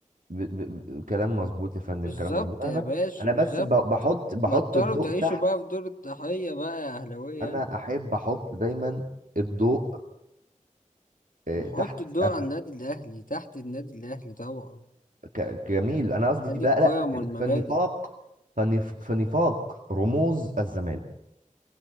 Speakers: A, on the right; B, on the left.
A: ب... ب... ب- كلام مظبوط يا فندم
B: بالظبط
A: كلام مظبوط انا
B: يا باشا
A: بس انا
B: بالظبط
A: بس ب... بحط بحط
B: بطلوا
A: الضوء
B: تعيشوا
A: تحت
B: بقى في دور الضحية بقى يا أهلاوية
A: انا احب احط دايما الضوء آه،
B: نحط
A: تحت
B: الضوء
A: أنا...
B: على النادي الأهلي تحت النادي الأهلي طبعا
A: ك... جميل انا قصدي
B: نادي
A: بقى
B: القيم
A: لا في
B: والمبادئ
A: في النفاق فنف... في نفاق رموز الزمالك